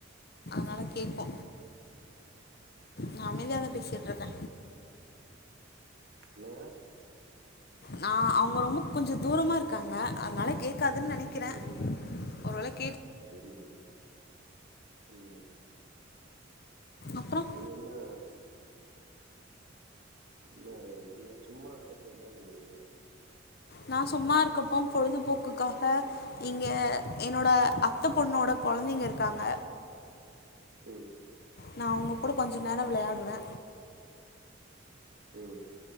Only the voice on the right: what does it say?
என்னங்க
ம்
செரி செரி ம்
நீங்க என்ன இல்ல என்ன சும்மா இருக்கப்ப என்ன பண்ணதுவு
ம்,
ம், ம்,